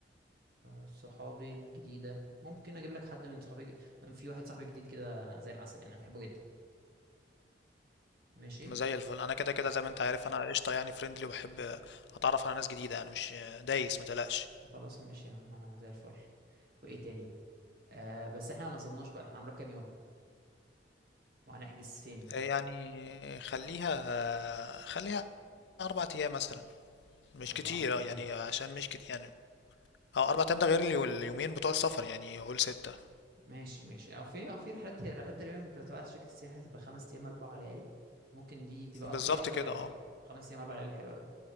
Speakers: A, on the right; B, on the left.
A: صحابي الجديدة ممكن اجيب لك حد من صحابي ج- في واحد صاحبي جديد كده زي العسل يعني هتحبه جدا ماشي
B: زي الفل انا كده كده زي ما انت عارف انا قشطه يعني فريندلي وبحب اتعرف على ناس جديده يعني مش دايس متقلقش
A: خلاص ماشي يا عم انا زي الفل وايه تاني آه بس احنا ما نظمناش بقى احنا هنروح كام يوم وهنحجز فين
B: يعني خليها خليها اربع ايام مثلا مش
A: أربعة
B: كتير
A: أيام
B: آه، يعني عشان مش كتير يعني اه اربع ايام ده غير اليو- اليومين بتوع السفر يعني قول سته
A: ماشي ماشي أو في أو في رحلات هي رحلات تقريبا بتبقى تبع شركة السياحة تبقى خمس أيام أربع ليالي ممكن دي تبقى
B: بالظبط
A: أك- دي أكتر
B: كده
A: حاجة
B: اه
A: أه خمس أيام أربع ليالي حلوة أوي